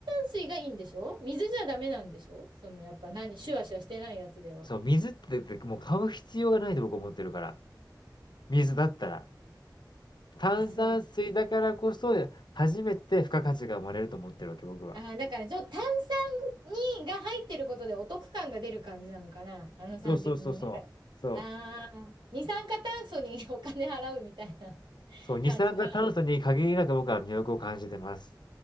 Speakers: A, on the right; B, on the left.
A: 水がいいんでしょ水じゃダメなんでしょその、やっぱ何、シュワシュワしてないやつでは。
B: そう、水ってだってもう買う必要がないと僕思ってるから。水だったら。炭酸水だからこそ、
A: あ、そう。
B: 初めて付加価値が生まれると思ってるわけ、僕は。
A: あ、だからちょっと炭酸にが入ってることでお得感が出る感じなのかな、あのさん的に。
B: そうそうそうそう。そう。
A: ああ、二酸化炭素に <laughs> お金払うみたいな
B: そう、二酸化炭素に限りなく僕は魅力を感じてます。
A: 感じか。<laughs>